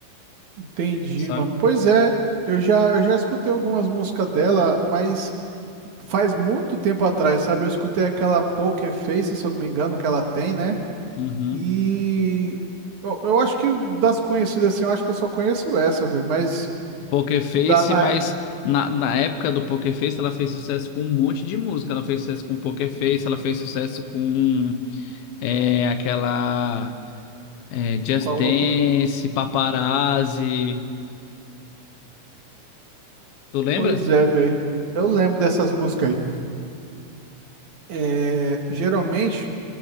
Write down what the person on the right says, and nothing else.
entendi,
mano. Pois é, eu já, eu já escutei algumas músicas dela, mas faz muito tempo atrás, sabe? Eu escutei aquela Poker Face, se eu não me engano, que ela tem, né?
E eu, eu acho que das conhecidas, assim, eu acho que eu só conheço essa, velho, mas.
Da, na,
Qual
outra?
Pois é, velho. Eu lembro dessas músicas aí. É, geralmente,